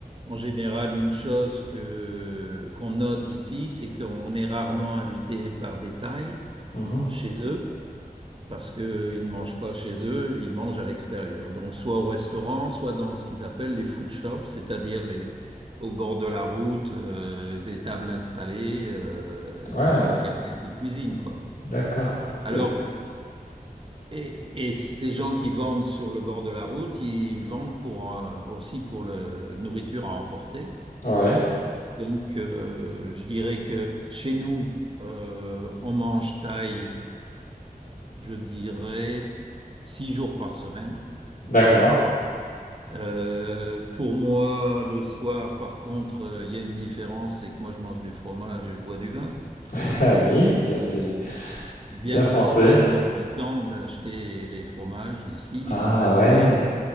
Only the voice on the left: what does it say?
Mhm.
Ouais,
D'accord.
C'est
Ouais,
d'accord.
<laughs> Ah oui, bien c'est
bien
français.
Ah
ouais.